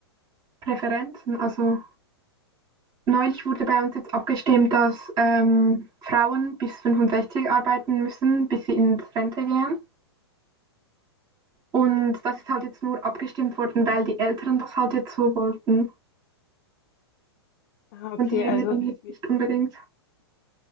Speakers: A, on the right; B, on the left.
A: Präferenzen. Also neulich wurde bei uns jetzt abgestimmt, dass ähm, Frauen bis 65 arbeiten müssen, bis sie ins Rente gehen. Und das ist halt jetzt nur abgestimmt worden, weil die Älteren das halt jetzt so wollten
B: Ah, okay,
A: und die Jüngeren
B: also
A: jetzt
B: wir,
A: nicht unbedingt.